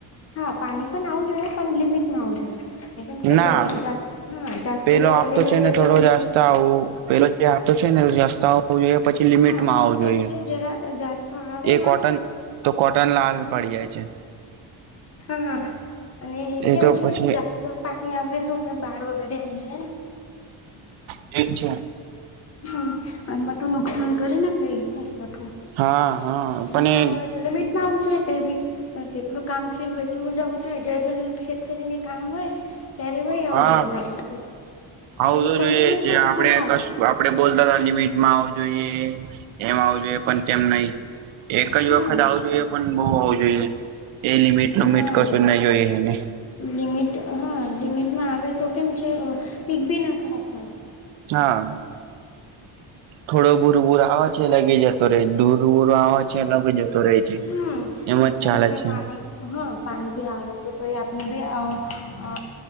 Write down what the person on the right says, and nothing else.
ના
પેલો
આપતો
છે
ને
થોડો
જાસ્તા આવું પેલો <unintelligible> ત્યાં તો છે ને રસ્તા આવવો જોઈએ પછી લિમિટમાં
આવવું
જોઈએ
એ
કોટન તો કોટન લાલ પડી જાય છે.
એ તો
પછી
ઠીક છે
હા હા
પણ
હા
આવું
તો
જે
આપડે
કશ
આપડે બોલતા લિમિટમાં આવ જોઈએ એમ આવું જોઈએ પણ તેમ નહી એક
જ વખત આવુ જોઈએ પણ બઉુ આવું જોઈએ. એ લિમિટ નમિટ
કશું ના જોયને
હા થોડો બૂર બૂર આવે છે લગી જતો રે દૂરવૂર આવેવા છે લગી જતો ભરાએ છે
એમાં
જ
ચાલે છે.